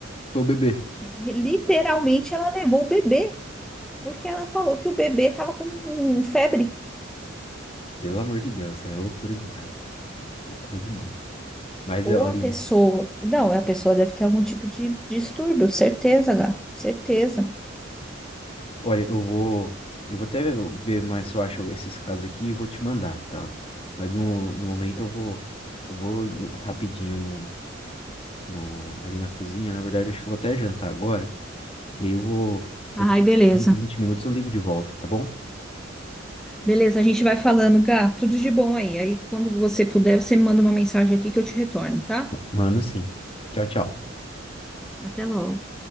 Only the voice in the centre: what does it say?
Literalmente, ela levou o bebê, porque ela falou que o bebê estava com febre.
Ou
a pessoa. Não, a pessoa deve ter algum tipo de distúrbio, certeza, Gá, certeza.
Ai,
beleza.
Beleza, a gente vai falando, Gá. Tudo de bom aí. Aí, quando você puder, você me manda uma mensagem aqui que eu te retorno, tá?
Até logo.